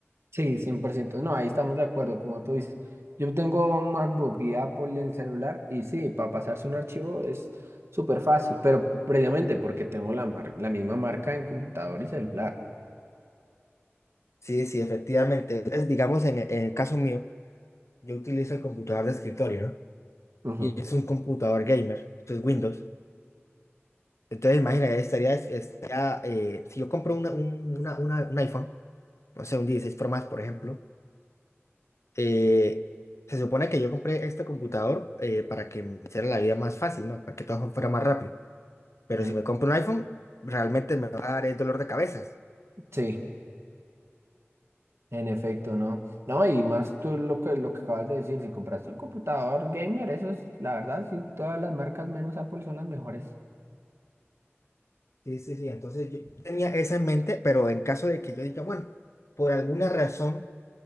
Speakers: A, on the right; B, on the left.
A: Sí, cien por ciento No, ahí estamos de acuerdo, como tú dices. Yo tengo MacBook y Apple en el celular y sí, para pasarse un archivo es súper fácil, pero previamente porque tengo la, mar- la misma marca en computador y celular.
B: Sí, sí, efectivamente. Entonces, digamos, en, en el caso mío, yo utilizo el computador de escritorio, ¿no?
A: Ujú,
B: Y es un computador gamer, esto es Windows. Entonces, imagínate, estaría, estaría eh, si yo compro una, un, una- una- un iPhone, no sé, un 16 Pro más, por ejemplo. eh, se supone que yo compré este computador eh, para que me hiciera la vida más fácil, ¿no? Para que todo fuera más rápido. Pero
A: Sí,
B: si me compro un iPhone, realmente me va a dar eh, dolor de cabezas.
A: sí. En efecto, ¿no? No, y más tú lo que, lo que acabas de decir, si compraste un computador gamer, eso es, la verdad, sí, todas las marcas menos Apple son las mejores.
B: Sí, sí, sí. Entonces yo tenía eso en mente, pero en caso de que yo diga, bueno, por alguna razón